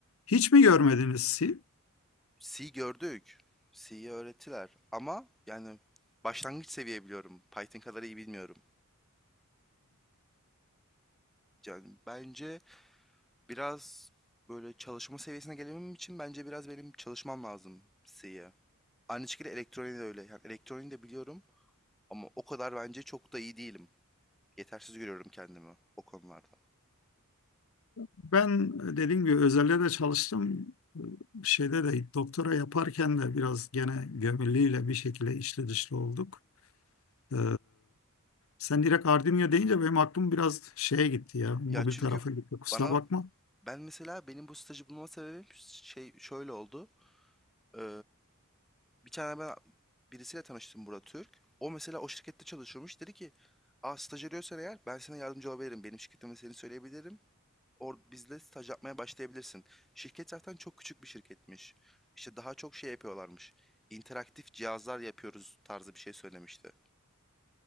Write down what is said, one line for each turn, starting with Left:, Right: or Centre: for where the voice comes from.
Left: Hiç mi görmediniz C?
Centre: C gördük. C'yi öğrettiler. Ama yani başlangıç seviye biliyorum. Python kadar iyi bilmiyorum. Yani bence biraz böyle çalışma seviyesine gelebilmem için bence biraz benim çalışmam lazım C'ye. Aynı şekilde elektroniği de öyle. Yani elektroniği de biliyorum ama o kadar bence çok da iyi değilim. Yetersiz görüyorum kendimi o konularda.
Left: Ben dediğim gibi özelde de çalıştım. Şeyde de doktora yaparken de biraz gene gömülüyle bir şekilde içli dışlı olduk. Ee, sen direkt Ardinya deyince benim aklım biraz şeye gitti ya. Mobil
Centre: Ya çünkü
Left: tarafa gitti kusura
Centre: bana
Left: bakma.
Centre: ben mesela benim bu stajı bulma sebebim şey şöyle oldu. Eee, bir tane ben birisiyle tanıştım Burak Türk. O mesela o şirkette çalışıyormuş. Dedi ki, Aa, staj arıyorsan eğer ben sana yardımcı olabilirim. Benim şirketime seni söyleyebilirim. Or bizle staj yapmaya başlayabilirsin. Şirket zaten çok küçük bir şirketmiş. İşte daha çok şey yapıyorlarmış. İnteraktif cihazlar yapıyoruz tarzı bir şey söylemişti.